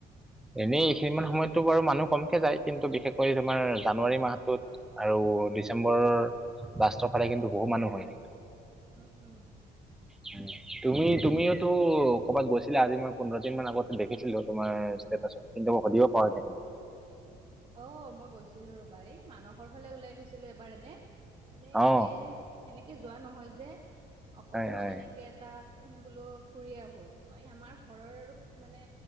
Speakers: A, in the centre; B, on the right.
A: এনেই এইখিনিমান সময়ততো বাৰু মানুহ কমকে যায় কিন্তু বিশেষকৈ তোমাৰ জানুৱাৰী মাহটোত আৰু ডিচেম্বৰৰ লাষ্টৰ ফালে কিন্তু বহু মানুহ হয়
B: উম উম
A: হয় তুমি তুমিওটো কৰ'বাত গৈছা গৈছিলা আজি মই পোন্ধৰদিনমান আগতে দেখিছিলো তোমাৰ ষ্টেটাচত কিন্তু মই সুধিব পাহৰি থাকিলো
B: অ মই গৈছিলো ৰবা এই মানসৰ ফালে ওলাই গৈছিলো এবাৰ এনে মানে
A: অ
B: এনেই সেনেকে যোৱা নহয় যে, অকস্মাত
A: হয় হয়
B: এনেকে কে তাক বোলো ফুৰি আহো, অঁ এই আমাৰ ঘৰৰ মানে